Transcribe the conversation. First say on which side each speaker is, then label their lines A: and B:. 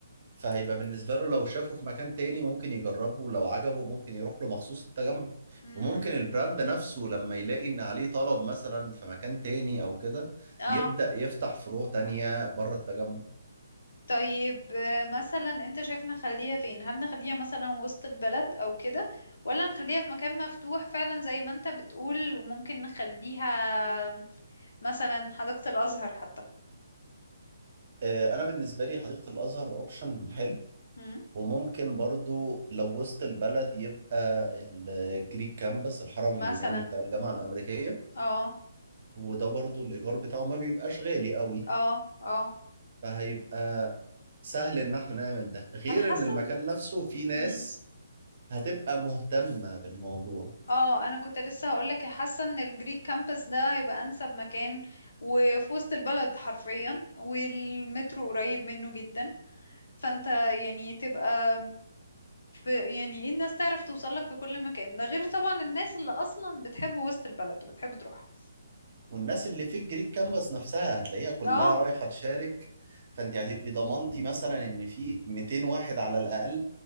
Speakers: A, on the right; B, on the left.
A: فهيبقى بالنسبة له لو شافه في مكان تاني ممكن يجربه ولو عجبه ممكن يروح له مخصوص التجمع
B: امم
A: وممكن البراند نفسه لما يلاقي ان عليه طلب مثلا في مكان تاني او كده
B: اه
A: يبدأ يفتح فروع تانية بره التجمع
B: طيب آه، مثلا انت شايف نخليها فين هل نخليها مثلا وسط البلد او كده ولا نخليها في مكان مفتوح فعلا زي ما انت بتقول وممكن نخليها مثلا حديقة الازهر حتى
A: آه، انا بالنسبة لي حديقة الازهر اوبشن حلو
B: مم.
A: وممكن برضو لو وسط البلد يبقى الجريك كامبس الحرم
B: مثلا
A: اليوناني بتاع الجامعة الأمريكية
B: اه
A: وده برضو الإيجار بتاعه ما بيبقاش غالي قوي
B: اه اه
A: فهيبقى سهل ان احنا نعمل ده غير
B: انا حاسه
A: ان المكان
B: ان
A: نفسه فيه ناس
B: مم.
A: هتبقى مهتمة بالموضوع
B: اه انا كنت لسه هقولك حاسه ان الجريك كامبس ده هيبقى انسب مكان وفي وسط البلد حرفيا والمترو قريب منه جدا فانت يعني تبقى ف يعني ايه الناس تعرف توصل لك في كل مكان ده غير طبعا الناس اللي اصلا بتحب وسط البلد وبتحب تروح
A: والناس اللي في الجريك كانفاس نفسها هتلاقيها كلها
B: اه
A: رايحة تشارك فانت هتبقي ضمنتي مثلا ان في 200 واحد على الاقل